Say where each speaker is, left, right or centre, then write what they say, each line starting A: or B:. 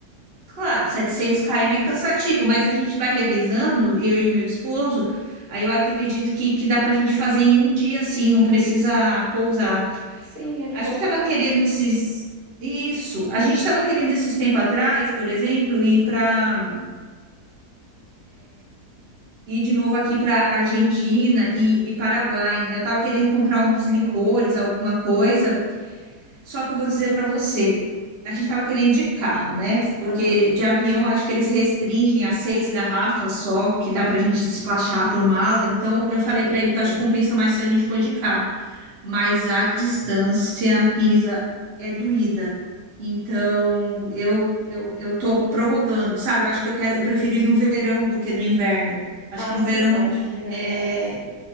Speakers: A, on the right (about 45°); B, on the right (about 65°).
A: claro, 700 km é cansativo, mas a gente vai revezando, eu e o meu esposo. Aí eu acredito que, que dá para a gente fazer em um dia assim, não precisa pousar.
B: Sim, é de
A: A
B: boa.
A: gente estava querendo esses. Isso. A gente estava querendo esses tempo atrás, por exemplo, ir para ir de novo aqui para Argentina e, e Paraguai, né? Eu estava querendo comprar
B: Ah,
A: uns
B: legal.
A: licores, alguma coisa. Só que eu vou dizer para você, a gente estava querendo de carro, né? Porque
B: Aham,
A: de avião acho que eles restringem a seis garrafas só que dá para a gente despachar por mala. Então eu falei
B: entendi.
A: para ele que eu acho que compensa mais se a gente for de carro. mas a distância, Isa, é doída. Então, eu, eu, eu tô prorrogando, sabe? Eu acho que eu quero,
B: Sim.
A: eu prefiro ir no verão do que no inverno. Acho
B: Ah,
A: que no
B: sim,
A: verão
B: eu acho que é melhor.
A: é,